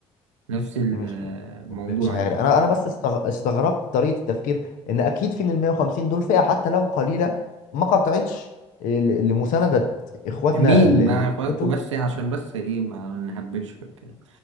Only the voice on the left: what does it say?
مش مش عارف
انا انا بس استغ... استغربت طريقه التفكير ان اكيد في من ال 150 دول فئه حتى لو قليله ما قطعتش ل- لمسانده اخواتنا
اللي
اللي
بيموتوا